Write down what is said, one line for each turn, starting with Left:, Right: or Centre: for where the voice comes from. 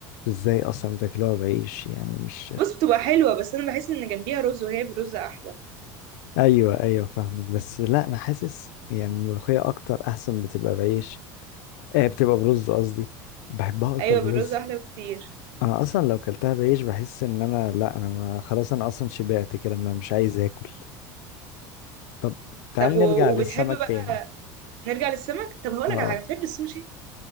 Left: ازاي اصلا بتاكلوها بعيش يعني مش
Right: بص بتبقى حلوه بس انا بحس ان جنبيها رز وهي برز احلى
Left: ايوه ايوه فاهمك بس لا انا حاسس يعني الملوخية اكتر احسن بتبقى بعيش آه بتبقى برز قصدي بحبها اكتر
Right: ايوه
Left: برز
Right: بالرز احلى بكتير
Left: انا اصلا لو كلتها بعيش بحس ان انا لا انا ما خلاص انا اصلا شبعت كده ما مش عايز اكل طب تعال
Right: طب و-
Left: نرجع للسمك
Right: وبتحب بقى
Left: تاني
Right: نرجع للسمك طب هقولك
Left: آه
Right: على حاجه بتحب السوشي